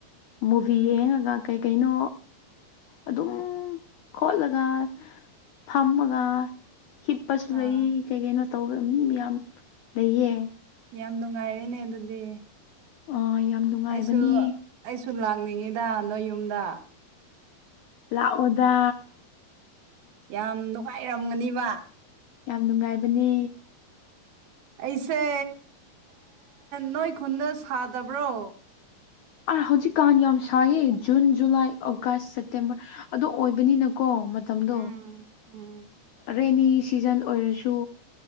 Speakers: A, on the left; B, on the right.
A: ꯃꯨꯚꯤ ꯌꯦꯡꯉꯒ ꯀꯩ ꯀꯩꯅꯣ ꯑꯗꯨꯝ ꯈꯣꯠꯂꯒ ꯊꯝꯃꯒ ꯍꯤꯞꯄꯁꯨ
B: ꯑꯥ
A: ꯂꯩ ꯀꯩ ꯀꯩꯅꯣ ꯇꯧꯕ ꯃꯤ ꯃꯌꯥꯝ ꯂꯩꯌꯦ
B: ꯌꯥꯝ ꯅꯨꯡꯉꯥꯏꯔꯦꯅꯦ ꯑꯗꯨꯗꯤ
A: ꯑ ꯌꯥꯝ ꯅꯨꯡꯉꯥꯏꯕꯅꯦ
B: ꯑꯩꯁꯨ ꯑꯩꯁꯨ ꯂꯥꯛꯅꯤꯡꯉꯤꯗ ꯅꯣꯏ ꯌꯨꯝꯗ
A: ꯂꯥꯛꯑꯣꯗ
B: ꯌꯥꯝ ꯅꯨꯡꯉꯥꯏꯔꯝꯒꯅꯤꯕ
A: ꯌꯥꯝ ꯅꯨꯡꯉꯥꯏꯕꯅꯦ
B: ꯑꯩꯁꯦ ꯅꯣꯏ ꯈꯨꯟꯗ ꯁꯥꯗꯕ꯭ꯔꯣ
A: ꯑꯥ ꯍꯧꯖꯤꯛꯀꯥꯟ ꯌꯥꯝ ꯁꯥꯏꯌꯦ ꯖꯨꯟ ꯖꯨꯂꯥꯏ ꯑꯣꯒꯁ ꯁꯦꯞꯇꯦꯝꯕꯔ ꯑꯗꯣ ꯑꯣꯏꯕꯅꯤꯅ ꯀꯣ ꯃꯇꯝꯗꯣ
B: ꯎꯝ ꯎꯝ
A: ꯔꯦꯅꯤ ꯁꯤꯖꯟ ꯑꯣꯏꯔꯁꯨ